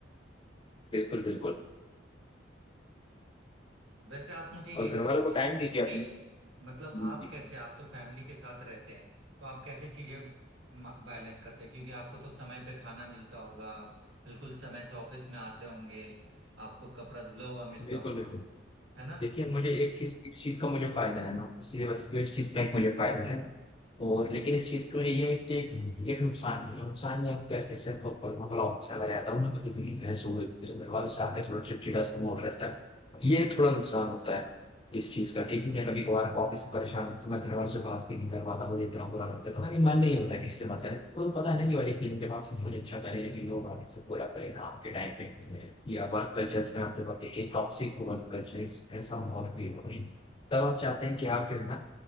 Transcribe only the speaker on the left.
बिल्कुल बिल्कुल
और घर
वालों को टाइम दीजिए अपने
जी
जी
बिल्कुल
बिल्कुल
देखिए मुझे एक चीज इस चीज का मुझे फायदा है ना इसलिए बस इस चीज का एक मुझे फायदा है और लेकिन इस चीज के लिए ये है कि एक एक नुकसान है नुकसान ये है कि कहते हैं सर तो मैं बड़ा अच्छा लग जाता हूँ मैं पति भी भैंस हो गई तो मेरे वालों से आकर थोड़ा चिड़चिड़ा सा मोड़ रहता है ये थोड़ा नुकसान होता है इस चीज का ठीक है कभी कभार ऑफिस से परेशान तो मैं घर वालों से बात भी नहीं कर पाता मुझे इतना बुरा लगता है पता नहीं मन नहीं होता किसी से बात करें तो पता नहीं ये वाली फिल्म के बाद मुझे अच्छा करे लेकिन लोग आगे से पूरा करें ना आपके टाइम पे या वर्क कल्चर में आपके वक्त देखिए टॉक्सिक वर्क कल्चर ऐसा माहौल भी हो रही तब आप चाहते हैं कि आप जो है ना